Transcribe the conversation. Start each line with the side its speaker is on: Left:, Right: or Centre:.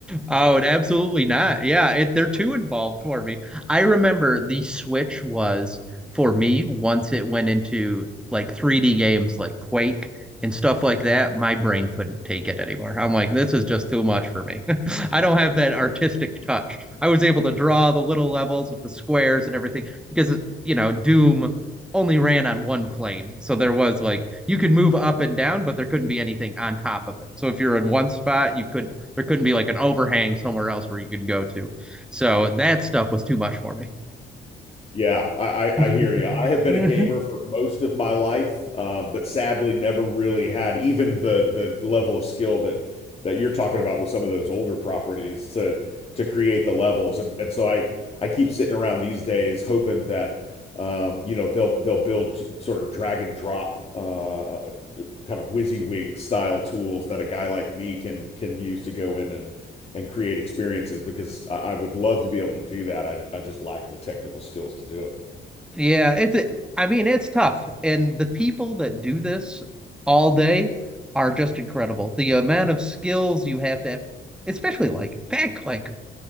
Centre: Oh, and absolutely not. Yeah, it, they're too involved for me. I remember the Switch was for me once it went into like 3D games like Quake and stuff like that, my brain couldn't take it anymore. I'm like, this is just too much for me. <laughs> I don't have that artistic touch. I was able to draw the little levels with the squares and everything because, you know, Doom only ran on one plane. So there was like you could move up and down, but there couldn't be anything on top of it. So if you're in one spot, you could there couldn't be like an overhang somewhere else where you could go to. So that stuff was too much for me.
Left: Yeah, I,
Centre: <laughs>
Left: I, I hear you. I have been a gamer for most of my life, uh, but sadly never really had even the the level of skill that that you're talking about with some of those older properties to to create the levels. And and so I I keep sitting around these days hoping that um, you know they'll they'll build sort of drag and drop uh, kind of WYSIWYG style tools that a guy like me can can use to go in and and create experiences because I, I would love to be able to do that. I I just lack the technical skills to do it.
Centre: yeah, it's a, I mean, it's tough. And the people that do this all day are just incredible. The amount of skills you have to have, especially like back like